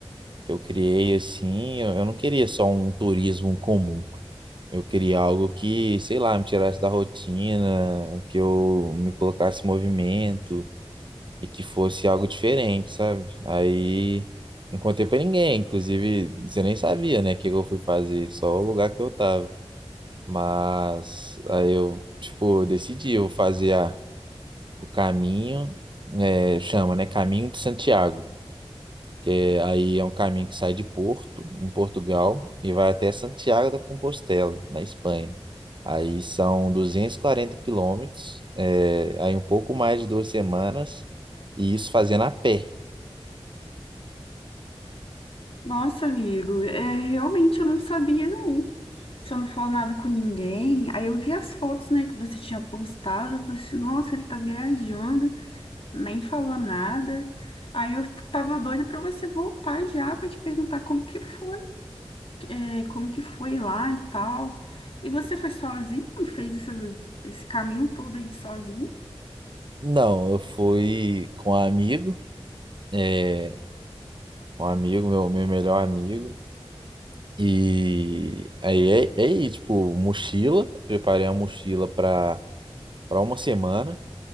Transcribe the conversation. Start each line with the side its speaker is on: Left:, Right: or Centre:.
Right: que eu criei assim, eu, eu não queria só um turismo comum. Eu queria algo que, sei lá, me tirasse da rotina, que eu me colocasse em movimento e que fosse algo diferente, sabe? Aí não contei pra ninguém, inclusive você nem sabia, né, o que eu fui fazer, só o lugar que eu tava. Mas aí eu, tipo, decidi, eu vou fazer a- o caminho, é, chama, né, Caminho de Santiago que aí é um caminho que sai de Porto, em Portugal, e vai até Santiago da Compostela, na Espanha. Aí são 240 quilômetros, é, aí um pouco mais de duas semanas, e isso fazendo a pé.
Left: Nossa, amigo, é, realmente eu não sabia, não. Você não falou nada com ninguém. Aí eu vi as fotos, né, que você tinha postado. Eu falei assim, nossa, ele tá viajando, nem falou nada. Aí eu tava doida para você voltar já para te perguntar como que foi. é, como que foi lá e tal. E você foi sozinho e fez esse, esse caminho todo aí sozinho?
Right: Não, eu fui com um amigo, é, um amigo, meu, meu melhor amigo, e aí, aí, aí tipo, mochila, preparei a mochila para para uma semana,